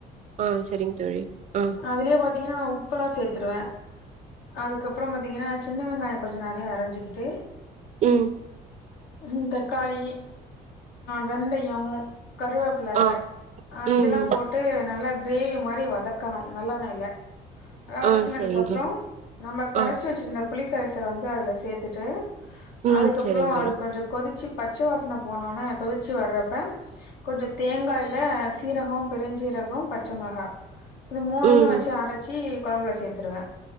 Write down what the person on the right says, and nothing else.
ஆ செரிங்க தோழி ஆ
ம்
ஆ
ம்
ம்
ஆ செரிங்க
தோழி
ஆ
ம்
செரிங்க தோழி
ம்